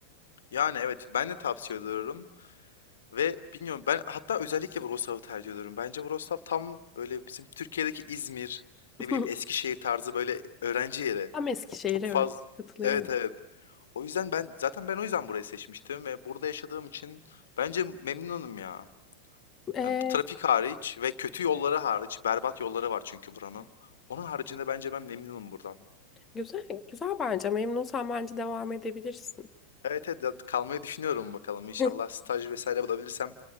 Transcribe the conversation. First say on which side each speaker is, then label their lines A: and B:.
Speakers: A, on the left; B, on the left.
A: Yani evet ben de tavsiye ediyorum. Ve bilmiyorum ben hatta özellikle Wrocław'ı tercih ediyorum. Bence Wrocław tam böyle bizim Türkiye'deki İzmir,
B: <laughs>
A: ne bileyim Eskişehir tarzı böyle öğrenci yeri.
B: Tam Eskişehir
A: Çok
B: evet
A: fazla.
B: katılıyorum.
A: Evet evet. O yüzden ben zaten ben o yüzden burayı seçmiştim ve burada yaşadığım için bence memnunum ya.
B: Ee,
A: Yani trafik hariç ve kötü yolları hariç berbat yolları var çünkü buranın. Onun haricinde bence ben memnunum buradan.
B: güzel güzel bence memnunsan bence devam edebilirsin.
A: Evet evet ya kalmayı düşünüyorum bakalım. İnşallah
B: <laughs>
A: staj vesaire bulabilirsem